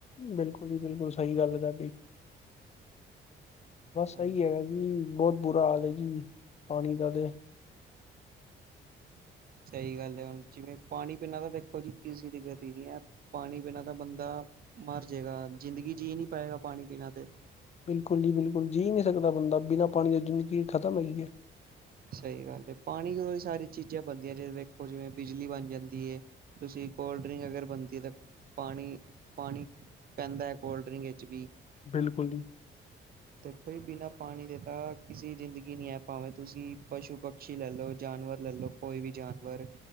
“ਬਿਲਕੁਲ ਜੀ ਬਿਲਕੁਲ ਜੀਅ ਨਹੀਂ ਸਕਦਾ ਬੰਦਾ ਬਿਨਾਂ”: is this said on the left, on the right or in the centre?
Left